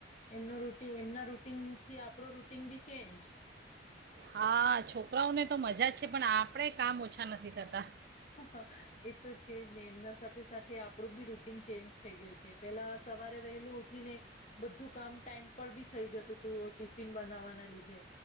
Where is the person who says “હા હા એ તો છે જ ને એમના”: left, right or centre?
Left